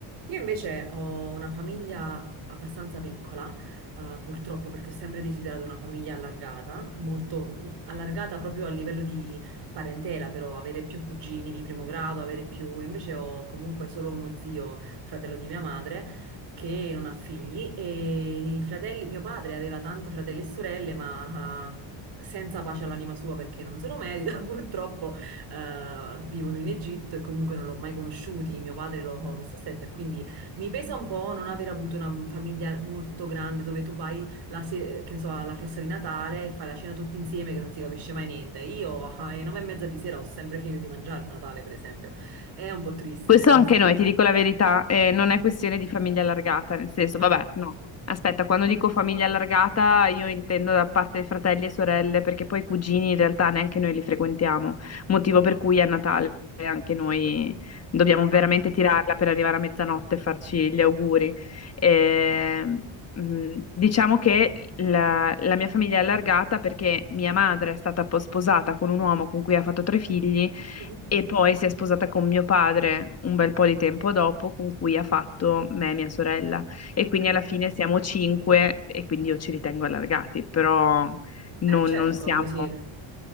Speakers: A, on the right; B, on the left.
A: Io invece ho una famiglia abbastanza piccola, eh, purtroppo, perché ho sempre desiderato una famiglia allargata, molto mm, allargata proprio a livello di parentela, però avere più cugini di primo grado, avere più... Invece ho comunque solo uno zio, fratello di mia madre, che non ha figli e i fratelli... Mio padre aveva tanti fratelli e sorelle, ma... ah, Senza pace all'anima sua perché non se lo merita, <laughs> purtroppo eh, vivono in Egitto e comunque non l'ho mai conosciuti, mio padre l'ho visto a stento e quindi mi pesa un po' non aver avuto una famiglia molto grande dove tu vai la se- che ne so, alla festa di Natale e fai la cena tutti insieme che non si capisce mai niente. Io <laughs> alle nove e mezza di sera ho sempre finito di mangiare a Natale, per esempio. È un po' triste,
B: Questo
A: eh, non
B: anche
A: so.
B: noi, ti dico la verità, eh, non è questione di famiglia allargata, nel senso,
A: Ah,
B: vabbè, no. Aspetta, quando dico famiglia allargata io intendo da parte di fratelli e sorelle, perché poi i cugini in realtà neanche noi li frequentiamo, motivo per cui a Natale anche noi dobbiamo
A: ah,
B: veramente tirarla per arrivare a mezzanotte e farci gli auguri. Eh, mh, diciamo che la, la mia famiglia è allargata perché mia madre è stata po- sposata con un uomo con cui ha fatto tre figli
A: mhm,
B: e poi si è sposata con mio padre un bel po' di tempo dopo, con cui ha fatto me e mia sorella. E
A: ok.
B: quindi alla fine siamo cinque e quindi io ci ritengo allargati, però non,
A: Eh, certo
B: non siamo...
A: che lo siete.